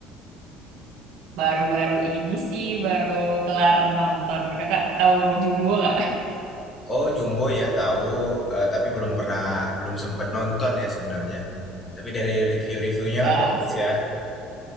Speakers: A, on the right; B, on the left.
A: Baru-baru ini sih baru kelar nonton. Kakak tahu Jumbo nggak?
B: Oh Jumbo ya tahu, eh, tapi belum pernah, belum sempet nonton ya sebenarnya. Tapi dari review-reviewnya
A: Eh,
B: kan bagus ya.